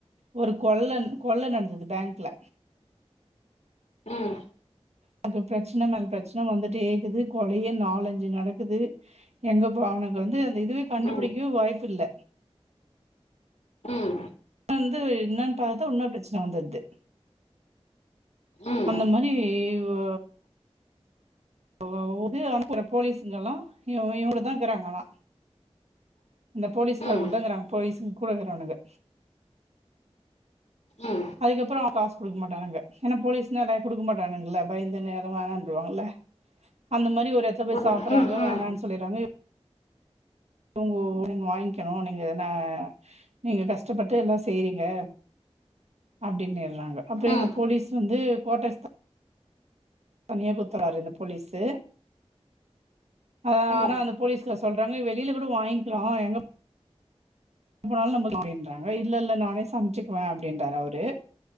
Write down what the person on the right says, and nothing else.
ஒரு கொள்ளன் கொள்ள நடந்தது பேங்க்ல
எனக்கு பிரச்சன மேல பிரச்சன வந்துட்டே இக்குது கொலையே நாலஞ்சு நடக்குது எங்க போ அவனுக்கு வந்து இதுவே கண்டுபிடிக்கவு
வாய்ப்பு இல்ல
இத வந்து என்னன்னு பாத்தா இன்னொரு பிரச்சன வந்துறுது
அந்த மாரி ஓ வவ வுது அனுப்புறே போலீஸுங்கல்லா இவு இவுங்கலதா இக்கறாங்கலா இந்த போலீஸ்கார
கூடத்தா இக்கறாங்க போலீஸ் கூட இக்கறானுங்க
அதுக்கு அப்பறோ காஸ் குடுக்க மாட்டானுங்க ஏனா போலீஸ்னா <unintelligible> குடுக்க மாட்டானுங்கல பயந்துட்டு எதும் வேணான்றுவாங்கல்ல அந்த மாரி ஒரு எச்ச போய்
சாப்பற்றாங்க
வோனானு சொல்லிறாங்க இவுங்கோ இவுங்க வாங்க்கணும் நீங்க எதனா நீங்க கஷ்டப்பட்டு எல்லா செய்றீங்க அப்டின்னிற்றாங்க அப்புறம்
இந்த போலீஸ் வந்து கோட்டர்ஸ் தனியா குத்தற்றாரு இந்த போலீஸு ஆ
ஆனா அந்த போலீஸ்கார் சொல்றாங்க வெளில கூட வாங்க்கலா எங்க எப்பனாலும் நம அப்டின்றாங்க இல்ல இல்ல நானே சமைச்சுக்குவேன் அப்டின்றாரு அவரு